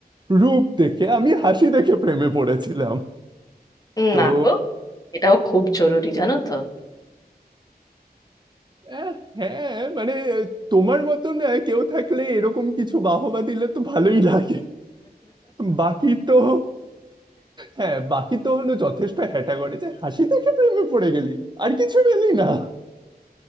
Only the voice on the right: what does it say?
রূপ দেখে আমি হাসি দেখে প্রেমে পড়েছিলাম তো
আহ, হ্যাঁ মানে তোমার মতো না কেউ থাকলে এরকম কিছু বাহবা দিলে তো ভালোই লাগে বাকি তো হ্যাঁ বাকি তো হলো যথেষ্ট হ্যাটা করে যে হাসি দেখে প্রেমে পড়ে গেলি আর কিছু পেলি না